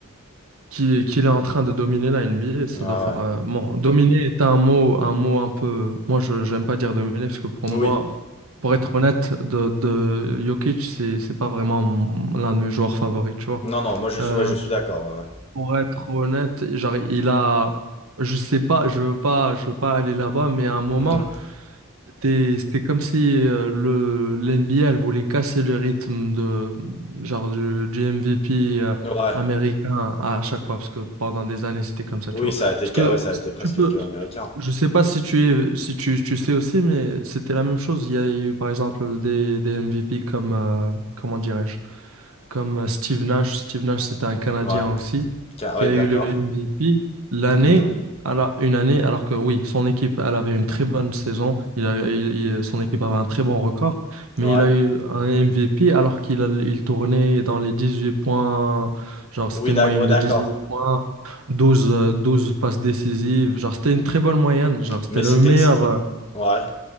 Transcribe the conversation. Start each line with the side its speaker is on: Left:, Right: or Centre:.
Right: qu'il, qu'il est en train de dominer la NBA, ça
Left: Ouais, ouais.
Right: doit faire, euh, bon, dominer est un mot, un mot un peu, moi je, j'aime pas dire dominer, parce que pour moi,
Left: Oui.
Right: pour être honnête, de, de Jokic, c'est, c'est pas vraiment l'un de mes joueurs favoris, tu vois.
Left: Non, non, moi je suis,
Right: Euh,
Left: ouais, je suis d'accord. Ouais.
Right: Pour être honnête, genre, il a, je sais pas, je veux pas, je veux pas aller là-bas, mais à un moment,
Left: ouais. Mhm.
Right: c'était, c'était comme si euh, le, l'NBA, elle voulait casser le rythme de, genre, du, du MVP euh,
Left: Ouais.
Right: américain à chaque fois, parce que pendant des années, c'était comme ça,
Left: Oui,
Right: tu vois.
Left: ça a été,
Right: Parce que
Left: ca- ouais, ça a été presque
Right: tu peux,
Left: que américain.
Right: je sais pas si tu es, si tu, tu sais aussi, mais c'était la même chose. Il y a eu, par exemple, des, des MVP comme, euh, comment dirais-je? comme euh, Steve Nash. Steve Nash, c'était un Canadien
Left: Ouais.
Right: aussi,
Left: Ca-
Right: qui
Left: Ouais,
Right: a
Left: d'accord.
Right: eu le MVP l'année,
Left: Mhm.
Right: à la- une année, alors que oui, son équipe, elle avait une très bonne saison, il a, il- il- son équipe avait un très bon record, mais
Left: Ouais.
Right: il a eu un MVP alors qu'il a- il tournait dans les 18 points, genre c'était
Left: Oui,
Right: une
Left: d'ac-
Right: moyenne
Left: ouais,
Right: de
Left: d'accord.
Right: 18 points, 12 euh, 12 passes décisives, genre c'était une très bonne moyenne, genre c'était
Left: Mais
Right: le
Left: c'était,
Right: meilleur.
Left: c'était,
Right: euh,
Left: ouais.